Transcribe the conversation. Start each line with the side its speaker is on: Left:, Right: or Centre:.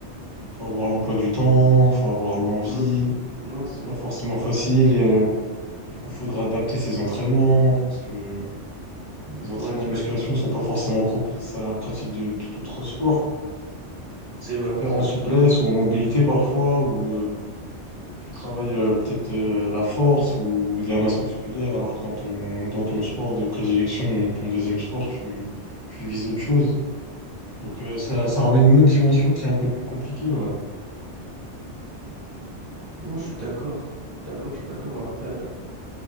Left: faut avoir l'emploi du temps, faut avoir l'envie.
Right: Hum, Non, c'est
Left: C'est
Right: vrai.
Left: pas forcément facile et euh, du coup, faudra adapter ses entraînements parce que
Right: Mhm.
Left: Les entraînements
Right: Ouais, tu
Left: de
Right: peux
Left: musculation
Right: être.
Left: ne
Right: hum,
Left: sont pas forcément propices à la pratique de tout autre sport.
Right: C'est vrai,
Left: Tu perds
Right: c'est
Left: en
Right: vrai,
Left: souplesse
Right: tu peux.
Left: ou en mobilité parfois, ou euh, tu travailles euh, peut-être euh, la force ou de la masse musculaire, alors que dans ton, dans ton sport de prédilection ou ton deuxième sport, tu, tu vises autre chose. Donc euh, ça, ça ramène une autre dimension qui est un peu plus compliquée. ouais.
Right: Non, je suis d'accord. Je suis d'accord, je suis d'accord, mais après.